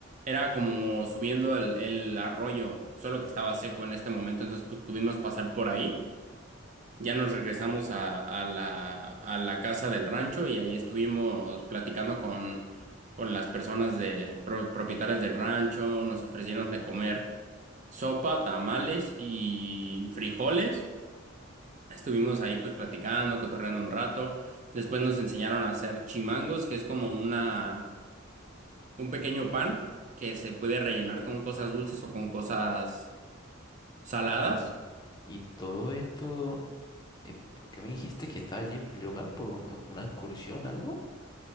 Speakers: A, on the right; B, on the left.
A: era como subiendo el, el arroyo, solo que estaba seco en este momento, entonces pues pudimos pasar por ahí. Ya nos regresamos a, a la, a la casa del rancho y ahí estuvimos platicando con, con las personas de, pro- propietarias del rancho. Nos ofrecieron de comer sopa, tamales y frijoles. Estuvimos ahí pues platicando, cotorreando un rato. Después nos enseñaron a hacer chimangos, que es como una, un pequeño pan que se puede rellenar con cosas dulces o con cosas saladas.
B: Y, y todo esto, eh, ¿por qué me dijiste que estaba allí en primer lugar por u- una excursión, algo?